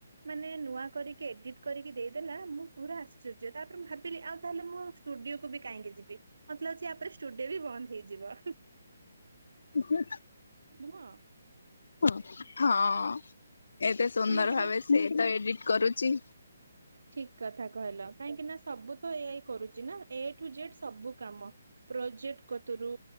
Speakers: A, on the right; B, on the left.
A: ମାନେ ନୂଆ କରିକି ଏଡିଟ କରିକି ଦେଇଦେଲା ମୁଁ ପୁରା ଆଶ୍ଚର୍ଯ୍ୟ, ତାପରେ ମୁଁ ଭାବିଲି ଆଉ ତାହେଲେ ମୁ ଷ୍ଟୁଡିଓକୁ ବି କାହିଁକି ଯିବି ମତେ ଲାଗୁଛି ଚୁଡିଓ ବି ବନ୍ଦ ହେଇଯିବ।
B: <inaudible>
A: ନୁହ।
B: ହ ହଁ। ଏତେ ସୁନ୍ଦର
A: କାହିଁକି
B: ଭାବେ ସିଏ ତ ଏଡ଼ିଟ କରୁଚି।
A: ଠିକ୍ କଥା କହିଲ, କାହିଁକି ନା ସବୁ ତ ଏଆଇ କରୁଛି ନା, ଏ ଟୁ ଜେଡ୍ ସବୁ କାମ ପ୍ରୋଜେକ୍ଟ କୁତୁରୁ